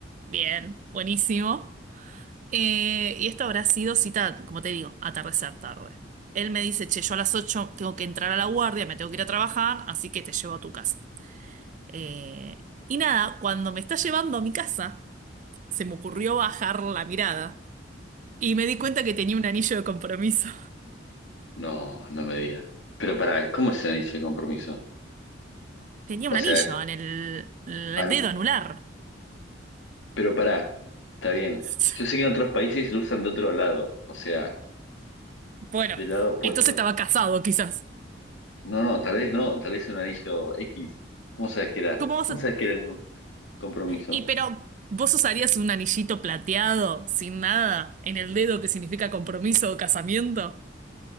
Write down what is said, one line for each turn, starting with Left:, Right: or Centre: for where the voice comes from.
Right: bien, buenísimo. Eh, y esto habrá sido cita, como te digo, atardecer tarde. Él me dice, che, yo a las 8 tengo que entrar a la guardia, me tengo que ir a trabajar, así que te llevo a tu casa. Eh, y nada, cuando me está llevando a mi casa, se me ocurrió bajar la mirada y me di cuenta que tenía un anillo de compromiso.
Left: No, no me digas. Pero pará, ¿cómo es el anillo de compromiso?
Right: Tenía
Left: O
Right: un
Left: sea,
Right: anillo en el en
Left: ah,
Right: el
Left: no,
Right: dedo anular.
Left: pero pará, está bien.
Right: <laughs>
Left: Yo sé que en otros países lo usan de otro lado, o sea,
Right: Bueno,
Left: del lado opuesto.
Right: entonces estaba casado, quizás.
Left: No, no, tal vez no, tal vez es un anillo X. ¿Cómo sabes que era?
Right: ¿Cómo vas
Left: ¿Cómo
Right: a...?
Left: sabes que era un compromiso?
Right: Y pero, ¿vos usarías un anillito plateado, sin nada, en el dedo que significa compromiso o casamiento?